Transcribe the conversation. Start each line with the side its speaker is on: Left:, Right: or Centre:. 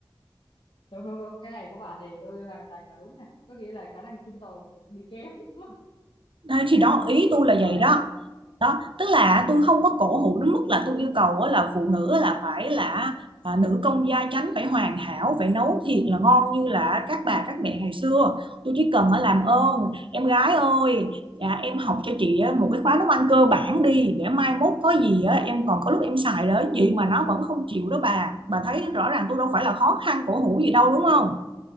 Left: đúng đúng đúng cái này của bà thì tôi hoàn toàn là đúng nè có nghĩa là khả năng sinh tồn bị kém <laughs>
Right: Đấy, thì đó ý tôi
Left: không
Right: là
Left: biết nấu
Right: vậy
Left: ăn
Right: đó đó tức là tôi không có cổ hủ đến mức là tôi yêu cầu á là phụ nữ là phải là à, nữ công gia chánh phải hoàn hảo phải nấu thiệt là ngon như là các bà các mẹ ngày xưa tôi chỉ cần ở làm ơn em gái ơi dạ, em học cho chị á một cái khóa nấu ăn cơ bản đi để mai mốt có gì á em còn có lúc em xài đó vậy mà nó vẫn không chịu đó bà bà thấy rõ ràng tôi đâu phải là khó khăn cổ hủ gì đâu đúng không